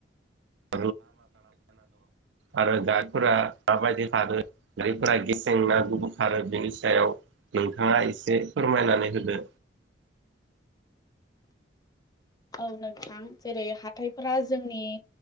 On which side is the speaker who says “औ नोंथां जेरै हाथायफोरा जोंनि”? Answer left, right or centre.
Left